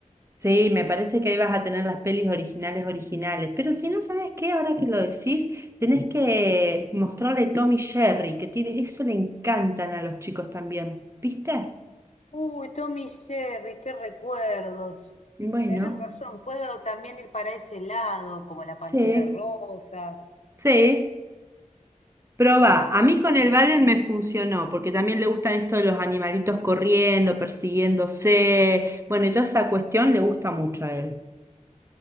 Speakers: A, on the right; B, on the left.
A: Sí, me parece que ahí vas a tener las pelis originales originales. Pero si no sabes qué, ahora que lo decís, tenés que
B: Sí.
A: mostrarle Tommy Jerry, que tiene, eso le encantan a los chicos también. ¿Viste?
B: Uy, Tommy y Jerry, qué recuerdos.
A: Bueno,
B: Tenés razón, puedo también ir para ese lado, como la Pantera
A: sí,
B: Rosa.
A: sí. Probá.
B: Es
A: A
B: verdad.
A: mí con el Valen me funcionó, porque también le gustan esto de los animalitos corriendo, persiguiéndose. Bueno, y toda esa cuestión le gusta mucho a él.